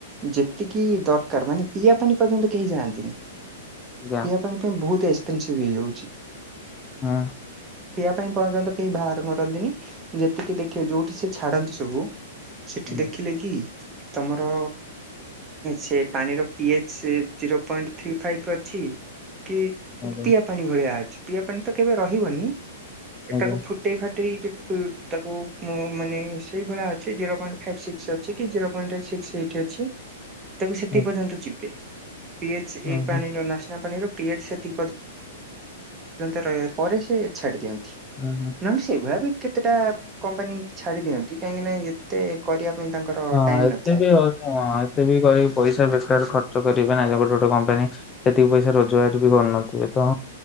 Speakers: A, on the right; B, on the left.
A: ଯେତିକି ଦରକାର ମାନେ ପିଇବା ପାଇଁ <unintelligible> କେହି ଯାଆନ୍ତିନି ପିଇବା
B: ଆଜ୍ଞା।
A: ପାଣି ପାଇଁ ବହୁତ ଏକ୍ସପେନସିଭ ହେଇଯାଉଛି।
B: ହଁ।
A: ପିଇବା ପାଇଁ ପର୍ଯ୍ୟନ୍ତ କେହି ବାହାର କରନ୍ତିନି ଯେତିକି ଦେଖିବ ଯୋଉଠି ସେ ଛାଡନ୍ତି ସବୁ ସେଠି
B: ହୁଁ,
A: ଦେଖିଲେ କି ତମର ସେ ପାଣିର P H zero point three five ଅଛି। କି
B: ଆଜ୍ଞା
A: ପିଆ ପାଣି ଭଳିଆ ଅଛି ପିଆ ପାଣି ତ କେବେ ରହିବନି ଏଟାକୁ
B: ଆଜ୍ଞା।
A: ଫୁଟେଇ ଫାଟ ଗଟଇ ତାକୁ ମାନେ ସେଇ ଭଳିଆ ଅଛି ଜିରୋ ପଏଣ୍ଟ ଫାଇ ସିକ୍ସ ଅଛି କି ଜିରୋ ପଏଣ୍ଟ ସିକ୍ସ ଏଇଟ୍ ଅଛି। ତାକୁ ସେଠ
B: ଆଜ୍ଞା
A: ପର୍ଯ୍ୟନ୍ତ ଯିବେ। ପିଏଚ ଏ
B: ଓହୋ
A: ପାଣିର ନାସ୍ନା ପାଣିର ପିଏଚ ସେଥି ରହ ପରେ ସେ ଛାଡି ଦିଅନ୍ତି
B: ଓହୋ।
A: ନ ସେଇଭଳିଆ କେତେଟା କମ୍ପାନୀ ଛାଡି ଦିଅନ୍ତି କାହିଁକି ନା ଯେତେ କରିବା। ପାଇଁ ତାଙ୍କର
B: ହଁ
A: ଟାଇମ
B: ଏତେ
A: ନଥାଏ।
B: ବି ହଁ ଏତେ ବି କହିି ପଇସା ବେକାର ଖର୍ଚ୍ଚ କରିବେ ନା ଗୋଟେ ଗୋଟେ କମ୍ପାନୀ ସେତିକି ପଇସା ରୋଜଗାର ବି କରିନଥିବେ ତଁ।